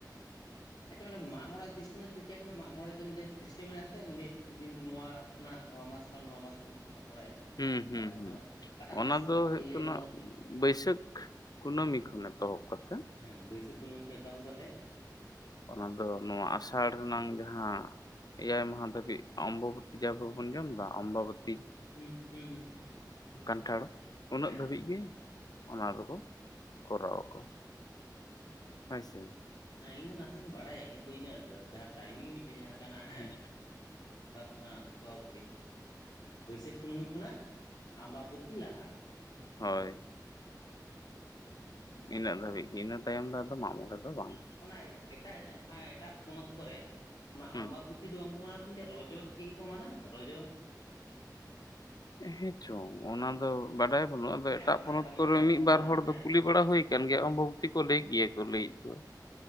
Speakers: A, on the left; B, on the left.
A: ᱟᱪᱪᱷᱟ ᱢᱟᱱᱮ ᱢᱟᱜ ᱢᱚᱬᱮ ᱥᱤᱥᱴᱮᱢ ᱫᱚ ᱪᱮᱫ ᱞᱮᱠᱟ ᱠᱟᱱᱟ ᱢᱟᱜ ᱢᱚᱲᱮ ᱨᱮ ᱫᱚ ᱢᱤᱫᱴᱮᱱ ᱥᱤᱥᱴᱮᱢ ᱢᱮᱱᱟᱜᱼᱟ ᱥᱮ ᱫᱤᱱ ᱱᱚᱣᱟ ᱠᱷᱚᱱᱟᱜ ᱱᱚᱣᱟ ᱢᱟᱥ ᱠᱷᱚᱱ ᱱᱚᱣᱟ ᱢᱟᱥ ᱢᱚᱫᱫᱷᱮ ᱢᱟᱜ ᱢᱚᱬᱮ ᱟᱠᱚ ᱚᱱᱠᱟᱱᱟᱜ
B: ᱦᱩᱸ
A: ᱚᱠᱟᱴᱟᱜ
B: ᱦᱩᱸ ᱦᱩᱸ
A: ᱢᱮᱱᱟ ᱚᱠᱟᱴᱟᱜ
B: ᱚᱱᱟ
A: ᱢᱟᱥ ᱠᱷᱚᱱᱟᱜ
B: ᱫᱚ
A: ᱠᱟᱹᱴᱤᱡ
B: ᱦᱩᱭᱩᱜ
A: ᱞᱟᱹᱭ
B: ᱠᱟᱱᱟ
A: ᱛᱟᱞᱟᱝ ᱢᱮᱥᱮ
B: ᱵᱟᱹᱭᱥᱟᱹᱠᱷ ᱠᱩᱱᱟᱹᱢᱤ ᱠᱷᱚᱱ ᱮᱛᱚᱦᱚᱵ ᱠᱟᱛᱮᱫ
A: ᱦᱮᱸ ᱵᱟᱹᱭᱥᱟᱹᱠᱷ ᱠᱩᱱᱟᱹᱢᱤ ᱠᱷᱚᱱ ᱮᱛᱚᱦᱚᱵ ᱠᱟᱛᱮᱫ
B: ᱚᱱᱟ ᱫᱚ ᱱᱚᱣᱟ ᱟᱥᱟᱲ ᱨᱮᱱᱟᱝ ᱡᱟᱦᱟᱸ ᱮᱭᱟᱭ ᱢᱟᱦᱟ ᱫᱷᱟᱹᱵᱤᱡ ᱚᱢᱵᱚᱵᱚᱛᱤ ᱛᱤᱡᱟ ᱵᱟᱵᱚᱱ ᱡᱚᱢᱮᱫᱟ ᱟᱢᱵᱟᱵᱟᱹᱛᱤ
A: ᱦᱩᱸ ᱦᱩᱸ ᱦᱩᱸ
B: ᱠᱟᱱᱴᱷᱟᱲ ᱩᱱᱟᱹᱜ
A: ᱦᱮᱸ
B: ᱫᱷᱟᱹᱵᱤᱡ ᱜᱮ ᱚᱱᱟ ᱫᱚᱠᱚ ᱠᱚᱨᱟᱣ ᱟᱠᱚ ᱦᱳᱭ ᱥᱮ
A: ᱦᱮᱸ ᱤᱧ ᱫᱚ ᱱᱟᱥᱮᱧ ᱵᱟᱲᱟᱭᱟ ᱠᱤᱱᱛᱩ ᱤᱱᱟ ᱴᱟᱭᱢᱤᱝ ᱢᱤᱫᱴᱮᱱ ᱡᱟᱦᱟᱸ ᱠᱟᱱᱟ ᱦᱮᱸ
B: ᱦᱳᱭ
A: ᱚᱠᱟ ᱠᱷᱚᱱᱟᱜ ᱚᱠᱟ ᱚᱵᱫᱤ ᱵᱟᱹᱭᱥᱟᱹᱠᱷ ᱠᱩᱱᱟᱹᱢᱤ ᱠᱷᱚᱱᱟᱜ ᱟᱢᱵᱟᱵᱚᱛᱤ ᱞᱟᱦᱟ
B: ᱦᱚᱭ
A: <inaudible>
B: ᱤᱱᱟᱹᱜ ᱫᱷᱟᱹᱵᱤᱡ ᱜᱮ ᱤᱱᱟᱹ ᱛᱟᱭᱚᱢ ᱫᱚ ᱟᱫᱚ ᱢᱟᱜ ᱢᱚᱲᱬᱮ ᱫᱚ ᱵᱟᱝ
A: ᱚᱱᱟ ᱮᱴᱟᱜ ᱡᱟᱦᱟᱸ ᱮᱴᱟᱜ ᱯᱚᱱᱚᱛ ᱠᱚᱨᱮ ᱚᱱᱟ
B: ᱦᱩᱸ
A: ᱟᱢᱵᱟᱵᱚᱛᱤ ᱛᱤ ᱫᱚ ᱵᱟᱝ ᱠᱚ ᱢᱟᱱᱟᱣᱟ ᱠᱷᱟᱱ ᱜᱮ ᱨᱚᱡᱚ ᱥᱮ ᱪᱮᱫ ᱠᱚ ᱢᱟᱱᱟᱣᱟ ᱨᱚᱡᱚ
B: ᱦᱮᱸ ᱪᱚᱝ ᱚᱱᱟ ᱫᱚ ᱵᱟᱰᱟᱭ ᱱᱚᱣᱟ ᱫᱚ
A: ᱦᱮᱸ
B: ᱮᱴᱟᱜ
A: ᱚᱱᱟ
B: ᱯᱚᱱᱚᱛ
A: ᱛᱟᱨᱢᱟᱱᱮ
B: ᱠᱚᱨᱮ ᱢᱤᱫ
A: ᱚᱱᱟ
B: ᱵᱟᱨ ᱦᱚᱲ
A: ᱦᱮᱸ
B: ᱫᱚ ᱠᱩᱞᱤ ᱵᱟᱲᱟ ᱦᱩᱭ ᱟᱠᱟᱱ ᱜᱮᱭᱟ ᱚᱢᱵᱚᱵᱚᱛᱤ ᱛᱤ ᱠᱚ ᱞᱟᱹᱭ ᱜᱮᱭᱟ ᱠᱚ ᱞᱟᱹᱭᱮᱫ ᱫᱚ